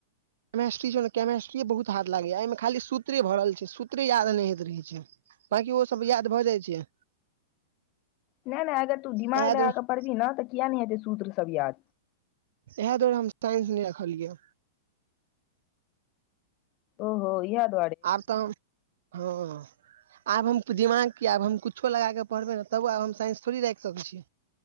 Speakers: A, on the right; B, on the left.
A: केमेस्ट्री छौ ने केमेस्ट्रीे बहुत हाथ लागैया एहिमे खाली सूत्रे भरल छै सूत्रे याद नहि होइत रहै छ बाकि ओ सब याद भए जाइ छ
B: नहि नहि अगर तू दिमाग
A: इएह दुआरे
B: लगा क पढ़बही ने तऽ किया नहि हेते सूत्र सब या
A: इएह दुआरे हम साइंस नहि रखलिय
B: ओहो याद
A: आब तऽ ह आब हम दिमाग की आब हम कुछो लगाक पढ़बे ने तबो आब हम साइंस थोड़ी राख सकइ छीय